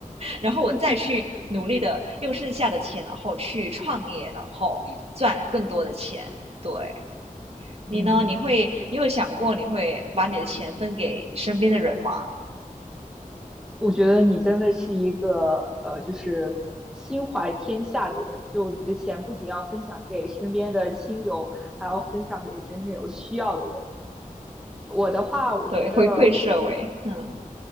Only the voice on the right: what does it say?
然后我再去努力的用剩下的钱，
然后去创业，然后赚更多的钱。对，
你呢？你会，你有想过你会把你的钱分给你身边的人吗？
对，回馈社会。嗯